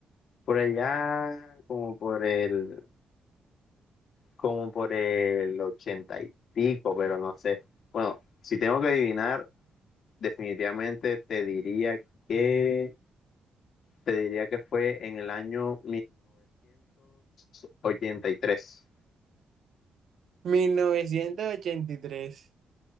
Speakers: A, on the left; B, on the right.
A: por allá, como por el, como por el ochenta y pico, pero no sé. Bueno, si tengo que adivinar, definitivamente te diría que, te diría que fue en el año 1983.
B: mil novecientos ochenta y tres